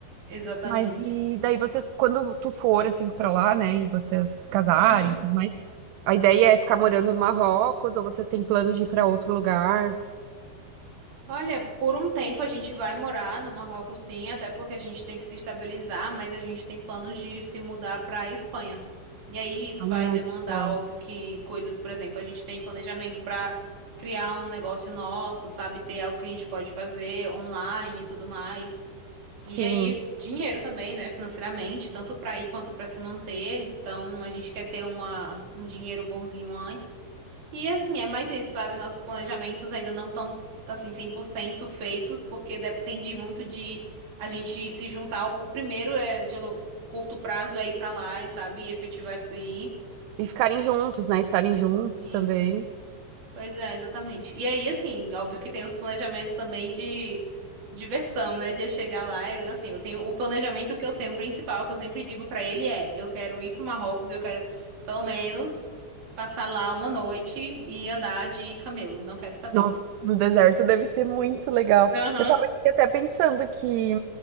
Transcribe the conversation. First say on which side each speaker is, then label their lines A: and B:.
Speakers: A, on the right; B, on the right.
A: Exatamente.
B: Mas e daí vocês, quando tu for assim pra lá, né, e vocês casarem,
A: Uhum.
B: e tudo mais, a ideia é ficar morando no Marrocos ou vocês têm planos de ir pra outro lugar?
A: Olha, por um tempo a gente vai morar no Marrocos, sim, até porque a gente tem que se estabilizar, mas a gente tem planos de se mudar para a Espanha. E aí isso
B: Ai,
A: vai demandar,
B: que legal.
A: óbvio, que coisas, por exemplo, a gente tem planejamento para criar um negócio nosso, sabe, ter algo que a gente pode fazer online e tudo mais.
B: Sim,
A: E aí dinheiro também, né, financeiramente, tanto para ir quanto para se manter. Então a gente quer ter uma, um dinheiro bonzinho antes. E assim, é mais isso, sabe? Nossos planejamentos ainda não estão, assim, 100% feitos, porque depende muito de a gente se juntar. O, o primeiro é de lo- curto prazo é ir pra lá, e, sabe? E efetivar isso aí.
B: e ficarem juntos, né, estarem juntos
A: E,
B: também.
A: pois é, exatamente. E aí, assim, óbvio que tem os planejamentos também de diversão, né? De eu chegar lá, eu, assim, eu tenho o planejamento que eu tenho principal, que eu sempre digo pra ele é, eu quero ir pro Marrocos, eu quero pelo menos passar lá uma noite e andar de camelo, não quero saber.
B: Nossa, no deserto deve ser muito legal.
A: Aham,
B: Eu tava aqui até pensando que